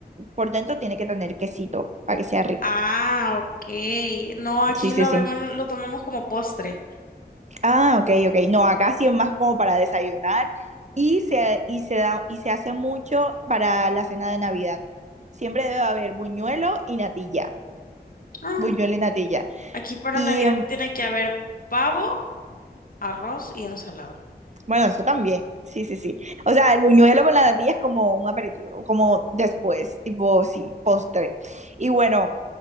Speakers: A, on the right; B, on the left.
A: por dentro tiene que tener quesito para que sea rico.
B: Ah, ok. No, aquí
A: Sí, sí,
B: lo
A: sí.
B: vemos, lo tomamos como postre.
A: Ah, ok, ok. No, acá sí es más como para desayunar y se, y se da, y se hace mucho para la cena de Navidad. Siempre debe haber buñuelo y natilla.
B: Ah,
A: Buñuelo y natilla.
B: aquí para
A: Y
B: Navidad
A: em,
B: tiene que haber pavo, arroz y ensalada.
A: bueno, eso también. Sí, sí, sí. O sea, el buñuelo con la natilla es como un aperitivo, como después, tipo, sí, postre. Y bueno,